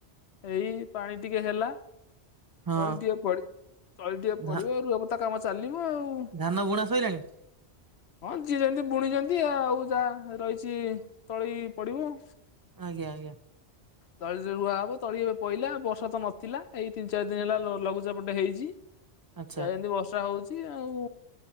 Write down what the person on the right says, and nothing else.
ହଁ
ଧା
ଧାନ ବୁଣା ଶଇଲାଣି?
ଆଜ୍ଞା ଆଜ୍ଞା।
ଆଚ୍ଛା